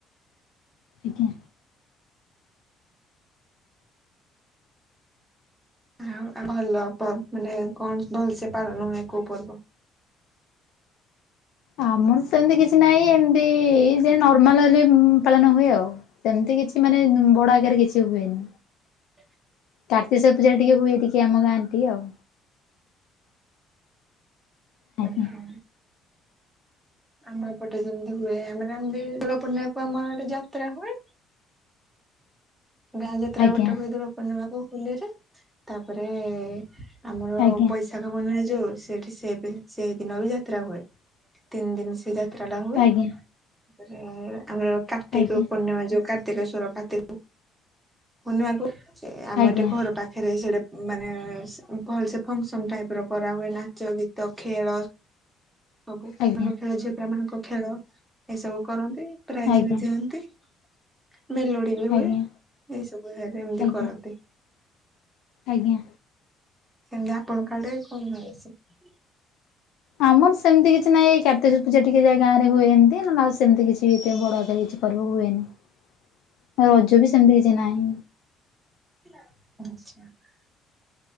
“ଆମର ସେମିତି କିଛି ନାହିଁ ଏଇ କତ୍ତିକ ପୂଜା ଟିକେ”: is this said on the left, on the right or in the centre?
Left